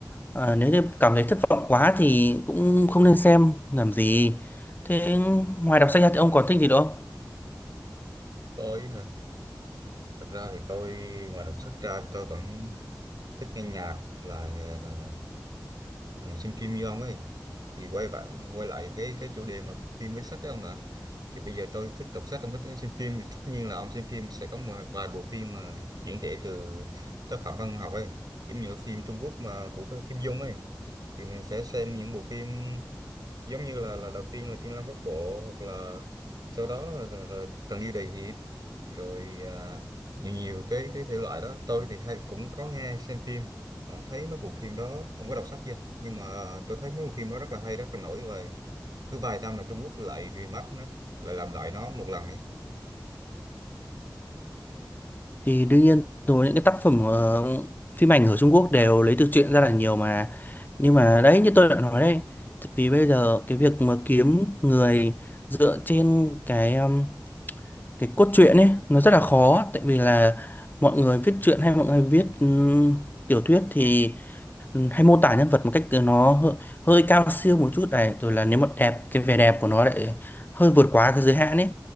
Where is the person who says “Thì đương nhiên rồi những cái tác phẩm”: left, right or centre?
Left